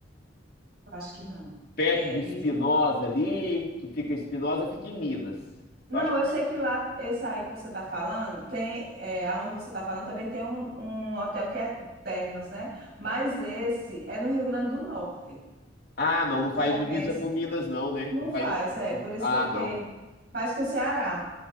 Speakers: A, on the right (about 55°); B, on the left (about 55°).
A: Eu Acho que não.
B: perto
A: É
B: de Espinosa ali, que fica Espinosa, fica em Minas.
A: Não,
B: Eu acho que...
A: eu sei que lá, esse aí que você está falando, tem, é, aonde você está falando também tem um, um hotel que é Termas, né? Mas esse é no Rio Grande do Norte.
B: Ah, não, não faz
A: Será
B: divisa
A: que é esse?
B: com Minas, não, né?
A: Não
B: Não faz.
A: faz, é.
B: não-
A: Por isso
B: Ah,
A: que eu fiquei.
B: não.
A: Faz com o Ceará,